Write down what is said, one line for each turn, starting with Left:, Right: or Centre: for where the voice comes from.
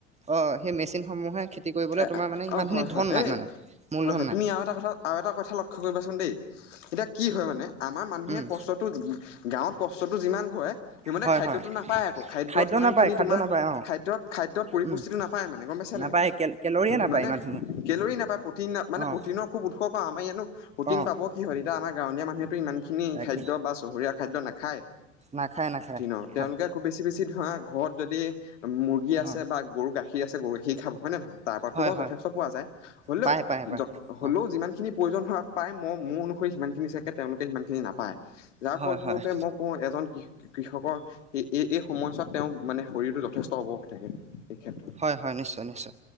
Right: অ সেই মেচিনসমূহে খেতি কৰিবলৈ
Left: এ
Right: তোমাৰ মানে সিমানখিনি
Left: অ হয় হয়,
Right: ধন নাই
Left: এই
Right: মানে মূলধন
Left: হয় হয়
Right: নাই
Left: তুমি আৰু এটা কথা আৰু এটা কথা লক্ষ্য কৰিবাচোন দেই। এতিয়া কি হয় মানে আমাৰ মানুহে
Right: উম
Left: কষ্টটো গাঁৱত কষ্টটো যিমান কৰে সিমানে
Right: হয়
Left: খাদ্য খাদ্যতো
Right: হয়
Left: নাপায় আকৌ খাদ্যত
Right: খাদ্য
Left: সিমানখিনি
Right: নাপায় খাদ্য
Left: তোমাৰ
Right: নাপায় অ
Left: খাদ্যত-খাদ্যত পৰিপুষ্টিটো
Right: উম
Left: নাপায় মানে, গম পাইছা
Right: নাপায়
Left: নাই?
Right: কে কেলৰিয়ে নাপায়
Left: মানে
Right: ইমানখিনি
Left: কেলৰি নাপায় প্ৰটিন মানে
Right: অঁ
Left: প্ৰটিনৰ খুব উৎসৱ আমাৰ ইয়ানো প্ৰটিন
Right: অঁ
Left: পাব কি হ'ল এতিয়া আমাৰ গাঁৱলীয়া মানুহেটো ইমানখিনি
Right: তাকে
Left: খাদ্য বা চহৰীয়া খাদ্য নাখায়।
Right: নাখায় নাখায়
Left: ন তেওঁলোকে
Right: হয়
Left: খুব বেছি-বেছি ধৰা ঘৰত যদি মুৰ্গী আছে
Right: অঁ
Left: বা গৰু গাখীৰ আছে গৰু গাখীৰ খাব হয় নে নহয়? তাৰপাততো
Right: হয়
Left: বাৰু
Right: হয়
Left: যথেষ্ট পোৱা যায়। হ'লেও
Right: পায় পায় পায়
Left: হ'লেও
Right: অঁ
Left: যিমানখিনি প্ৰয়োজন হোৱা পায় মই মোৰ অনুসৰি সিমানখিনি চাগে তেওঁলোকে সিমানখিনি নাপায়। যাৰ
Right: হয়
Left: ফলস্বৰূপে
Right: হয়
Left: মই কওঁ এজন কৃষকৰ এই-এই সময়চোৱাত তেওঁ মানে শৰীৰটো যথেষ্ট থাকে এইেতত <unintelligible>
Right: হয় হয় নিশ্চয় নিশ্চয়,